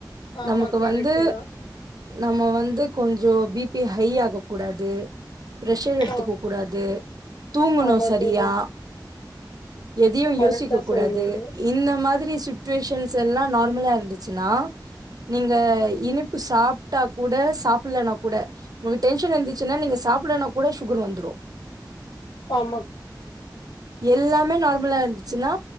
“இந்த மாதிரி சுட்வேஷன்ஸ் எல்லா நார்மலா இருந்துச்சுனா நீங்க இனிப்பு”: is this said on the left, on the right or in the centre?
Right